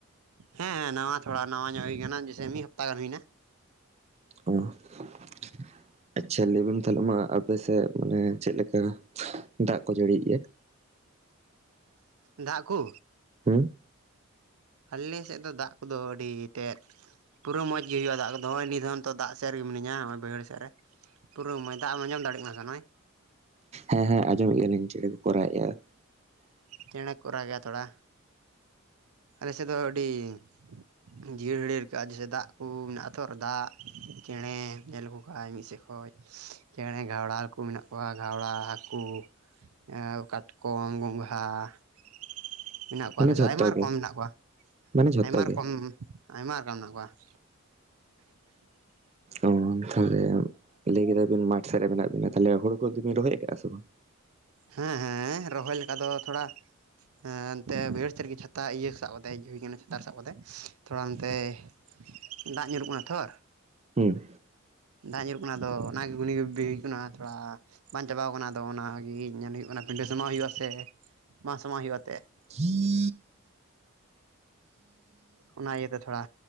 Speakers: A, on the right; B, on the right.
A: ᱦᱮᱸ ᱱᱟᱣᱟ ᱛᱷᱚᱲᱟ ᱱᱟᱣᱟ ᱧᱚᱜ ᱜᱮ ᱠᱟᱱᱟ ᱡᱮᱥᱮ ᱢᱤᱫ ᱦᱟᱯᱛᱟ ᱜᱟᱱ ᱦᱩᱭᱮᱱᱟ ᱾
B: ᱚ ᱾ ᱟᱪᱪᱷᱟ ᱞᱟᱹᱭ ᱵᱮᱱ ᱛᱟᱦᱚᱞᱮ ᱢᱟ ᱟᱯᱮ ᱥᱮᱫ ᱢᱟᱱᱮ ᱪᱮᱫᱞᱮᱠᱟ ᱫᱟᱜ ᱠᱚ ᱡᱟᱹᱲᱤᱭᱮᱜᱼᱟ?
A: ᱫᱟᱜ ᱠᱩ?
B: ᱦᱩᱸ ᱾
A: ᱟᱞᱮ ᱥᱮᱫ ᱫᱚ ᱫᱟᱜ ᱠᱚᱫᱚ ᱟᱹᱰᱤ ᱛᱮᱫ ᱼᱼ ᱯᱩᱨᱟᱹ ᱢᱚᱸᱡᱽ ᱜᱤ ᱦᱩᱭᱩᱜᱼᱟ ᱫᱟᱜ ᱠᱚᱫᱚ ᱱᱤᱫᱷᱚᱱ ᱛᱚ ᱫᱟᱜ ᱥᱮᱫ ᱨᱮ ᱜᱤ ᱢᱤᱱᱟᱹᱧᱟ ᱱᱚᱜᱼᱚᱭ ᱵᱟᱹᱭᱦᱟᱹᱲ ᱥᱮᱫ ᱨᱮ ᱾ ᱯᱩᱨᱟᱹ <unintelligible> ᱫᱟᱜ ᱮᱢ ᱟᱡᱚᱢ ᱫᱟᱲᱮᱜ ᱠᱟᱱᱟ ᱥᱮ ᱱᱚᱜᱼᱚᱭ?
B: ᱦᱮᱸ ᱦᱮᱸ ᱟᱸᱡᱚᱢᱮᱫ ᱜᱮᱭᱟᱞᱤᱧ ᱪᱮᱬᱮ ᱠᱚᱠᱚ ᱨᱟᱜᱮᱫᱼᱟ ᱾
A: ᱪᱮᱬᱮ ᱠᱚ ᱠᱚ ᱨᱟᱜ ᱜᱮᱭᱟ ᱛᱷᱚᱲᱟ ᱟᱞᱮ ᱥᱮᱫ ᱫᱚ ᱟᱹᱰᱤ ᱼᱼ ᱡᱤᱭᱟᱹᱲ ᱦᱟᱹᱲᱭᱟᱹᱲ ᱠᱟᱜᱼᱟ ᱡᱮᱭᱥᱮ ᱫᱟᱜ ᱠᱚ ᱢᱮᱱᱟᱜ ᱟᱛᱚ ᱟᱨ ᱫᱟᱜ ᱪᱮᱬᱮ ᱧᱮᱞ ᱞᱮᱠᱚ ᱠᱷᱟᱡ ᱢᱤᱫ ᱥᱮᱫ ᱠᱷᱚᱡ ᱼᱼ ᱪᱮᱬᱮ ᱜᱷᱟᱣᱲᱟ ᱠᱩ ᱢᱮᱱᱟᱜ ᱠᱚᱣᱟ ᱜᱷᱟᱣᱲᱟ ᱦᱟᱹᱠᱩ ᱾ ᱮᱸ ᱠᱟᱴᱠᱚᱢ ᱜᱚᱝᱜᱷᱟ ᱾ ᱢᱮᱱᱟᱜ ᱠᱚᱣᱟ
B: ᱢᱟᱱᱮ
A: ᱟᱞᱮ ᱥᱮᱫ
B: ᱡᱷᱚᱛᱚ
A: ᱟᱭᱢᱟ ᱨᱚᱠᱚᱢ
B: ᱜᱮ
A: ᱢᱮᱱᱟᱜ ᱠᱚᱣᱟ
B: ᱢᱟᱱᱮ ᱡᱷᱚᱛᱚ
A: ᱟᱭᱢᱟ
B: ᱜᱮ
A: ᱨᱚᱠᱚᱢ ᱾ ᱟᱭᱢᱟ ᱨᱚᱠᱚᱢ ᱢᱮᱱᱟᱜ ᱠᱚᱣᱟ ᱾
B: ᱚ ᱛᱟᱦᱞᱮ ᱞᱟᱹᱭ ᱠᱮᱫᱟᱵᱤᱱ ᱢᱟᱴᱷ ᱥᱮᱫ ᱨᱮ ᱢᱮᱱᱟᱜ ᱵᱤᱱᱟ ᱛᱟᱦᱞᱮ ᱦᱩᱲᱩ ᱠᱚᱫᱚ ᱵᱤᱱ ᱨᱚᱦᱚᱭ ᱟᱠᱟᱜᱼᱟ ᱥᱮ ᱵᱟᱝ?
A: ᱦᱮᱸ ᱦᱮᱸ ᱨᱚᱦᱚᱭ ᱞᱮᱠᱟ ᱫᱚ ᱛᱷᱚᱲᱟ ᱼᱼ ᱦᱮᱸ ᱮᱱᱛᱮ ᱵᱟᱹᱭᱦᱟᱹᱲ ᱥᱮᱫ ᱨᱮ ᱜᱤ ᱪᱷᱟᱛᱟ ᱤᱭᱟᱹ ᱥᱟᱵ ᱠᱟᱛᱮ ᱦᱮᱡ ᱦᱩᱭ ᱠᱟᱱᱟ ᱪᱷᱟᱛᱟ ᱥᱟᱵ ᱠᱟᱛᱮᱫ ᱛᱷᱚᱲᱟ ᱱᱚᱱᱛᱮ ᱼᱼ ᱫᱟᱜ ᱧᱩᱨᱩᱜ ᱠᱟᱱᱟ ᱛᱷᱚᱨ ᱾
B: ᱦᱩᱸ ᱾
A: ᱫᱟᱜ ᱧᱩᱨᱩᱜ ᱠᱟᱱᱟ ᱟᱫᱚ ᱚᱱᱟ ᱜᱮ ᱜᱩᱱᱤ ᱵᱷᱟᱹᱵᱤ ᱦᱩᱭᱩᱜ ᱠᱟᱱᱟ ᱛᱷᱚᱲᱟ ᱼᱼ ᱵᱟᱝ ᱪᱟᱵᱟᱣ ᱠᱟᱱᱟ ᱟᱫᱚ ᱚᱱᱟ ᱜᱤ ᱢᱮᱱ ᱦᱩᱭᱩᱜ ᱠᱟᱱᱟ ᱯᱤᱸᱰᱟᱹ ᱥᱟᱢᱟᱜ ᱦᱩᱭᱩᱜᱼᱟ ᱥᱮ ᱵᱟᱝ ᱥᱟᱢᱟᱜ ᱦᱩᱭᱩᱜᱼᱟ ᱛᱮ ᱼᱼ
B: <inaudible>
A: ᱚᱱᱟ ᱤᱭᱟᱹᱛᱮ ᱛᱷᱚᱲᱟ